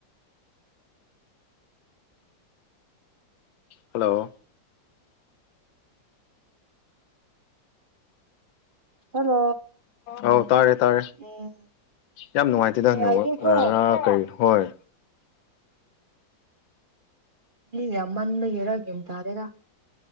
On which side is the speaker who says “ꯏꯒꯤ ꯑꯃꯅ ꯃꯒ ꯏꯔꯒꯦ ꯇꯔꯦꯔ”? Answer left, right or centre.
Right